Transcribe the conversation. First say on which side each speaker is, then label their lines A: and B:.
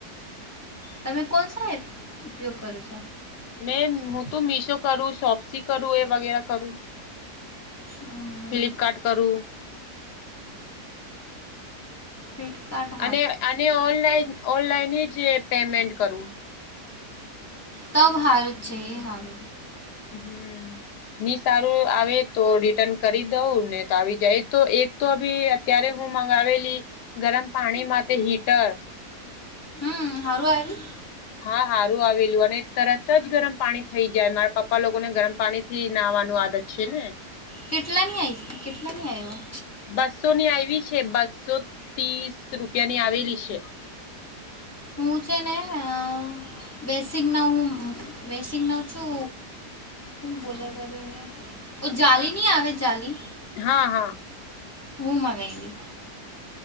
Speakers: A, on the left; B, on the left.
A: તમે કોણ સાહેબ ઉપયોગ કરો છો?
B: મેં હું તો મીશો કરું, શોપ્સી કરું એ વગેરે કરું.
A: હમ
B: ફ્લિપકાર્ટ કરું.
A: ફ્લિટકાર્ટ.
B: અને આ ઓનલાઈન ઓનલાઈન જ પેમેન્ટ કરવું.
A: તબ હારત છે એ હારત.
B: હમ્મ, ની સારું આવે તો રિટર્ન કરી દઉં ને તો આવી જાય તો એક તો ભી અત્યારે હું મંગાવેલી ગરમ પાણી માટે હીટર.
A: હમ્મ, હારુ આવી ઈ?
B: હા સારું આવેલું અને તરત જ ગરમ પાણી થઈ જાય મારા પપ્પા લોકોને ગરમ પાણી થી નાહવાનું આદત. છે ને.
A: કેટલા ની આવી કેટલા ની આવ્યા?
B: બસો ની આવી છે બસો ત્રીસ રૂપિયા ની આવેલી છે.
A: હું છે ને અ વેસીગ ના હું વેસીગ ના છું હું બોલ કર એ ને ઓ જલી ની આવે જાલી.
B: હા હા.
A: હુંમાંગઈવી.